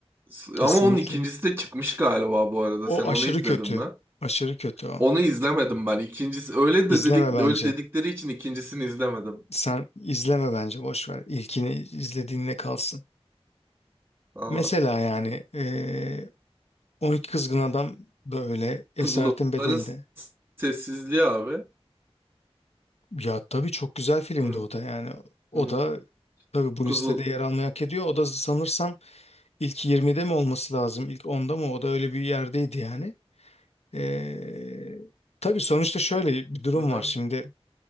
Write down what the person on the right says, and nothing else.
S-
Ama onun ikincisi de çıkmış galiba bu arada.
Sen onu
izledin
mi?
Onu izlemedim ben. İkincisi öyle
de dedik
öyle dedikleri için ikincisini izlemedim.
Aa,
kuzuların
s-
sessizliği abi.
Hı,
hı.
Kuzul.
Aha.